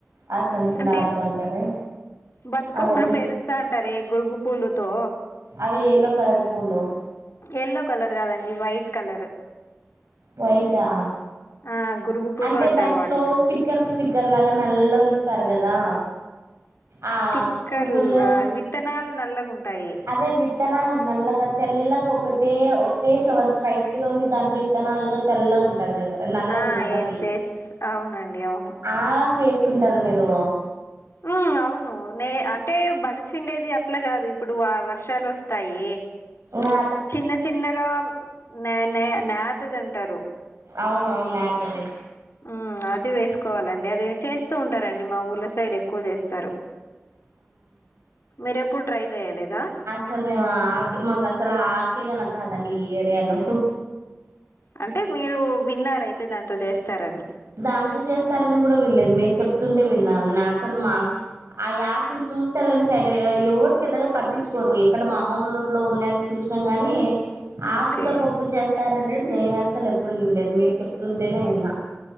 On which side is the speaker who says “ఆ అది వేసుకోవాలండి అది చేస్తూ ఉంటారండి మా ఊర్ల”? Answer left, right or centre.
Left